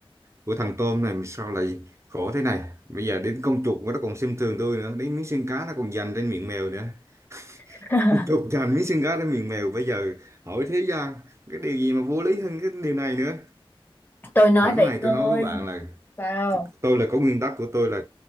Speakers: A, on the right; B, on the left.
A: của thằng tôm này sao lại khổ thế này bây giờ đến con chuột nó còn xem thường tôi nữa đến miếng xương cá nó còn giành trên miệng mèo nữa <laughs>
B: <laughs>
A: con chuột giành miếng xương cá trên miệng mèo bây giờ hỏi thế gian cái điều gì mà vô lý hơn cái điều này nữa
B: tôi nói
A: sẵn
B: vậy
A: này
B: tôi
A: tôi nói với bạn là
B: vào
A: tôi là có nguyên tắc của tôi là